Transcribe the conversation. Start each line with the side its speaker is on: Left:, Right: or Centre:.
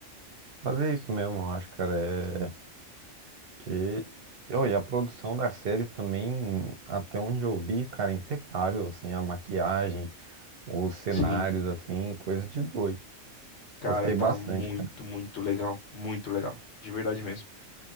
Right: Fazer isso mesmo, eu acho, cara. É que. Ô, e a produção da série também, até onde eu vi, cara, impecável, assim, a maquiagem, os cenários,
Left: Sim,
Right: assim, coisa de doido.
Left: cara,
Right: Gostei
Left: tá
Right: bastante,
Left: muito,
Right: cara.
Left: muito legal, muito legal, de verdade mesmo.